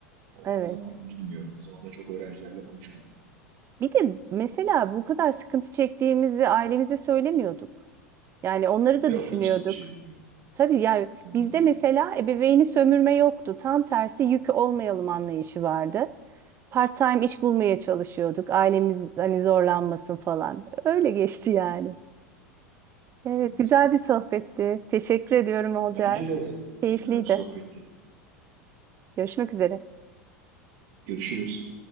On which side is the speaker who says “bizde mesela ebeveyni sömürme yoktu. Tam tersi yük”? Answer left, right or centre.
Right